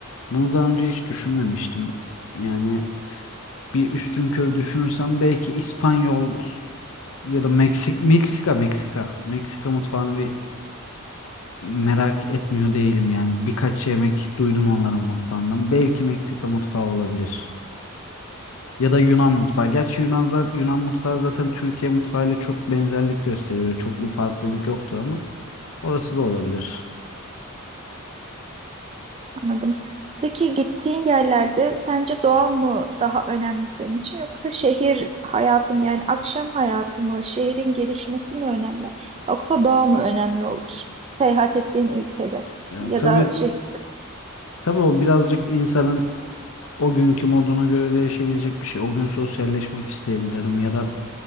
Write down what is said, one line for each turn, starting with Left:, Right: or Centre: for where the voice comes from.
Left: bunu daha önce hiç düşünmemiştim. Yani bir üstünkörü düşünürsem belki İspanyol ya da Meksik Meksika Meksika Meksika mutfağını bir merak etmiyor değilim yani. Birkaç yemek duydum onların mutfağından. Belki Meksika mutfağı olabilir. Ya da Yunan mutfağı. Gerçi Yunan, za- Yunan mutfağı zaten Türkiye mutfağıyla çok benzerlik gösteriyor. Çok bir farklılık yoktur ama orası da olabilir.
Right: Anladım. Peki gittiğin yerlerde sence doğa mı daha önemli senin için yoksa şehir hayatı mı yani akşam hayatı mı şehrin gelişmesi mi önemli yoksa doğa mı önemli olur seyahat ettiğin ülkede
Left: Ya
Right: ya
Left: tabii
Right: da şehirde?
Left: tabii o birazcık insanın o günkü moduna göre değişebilecek bir şey. O gün sosyalleşmek isteyebilirim ya da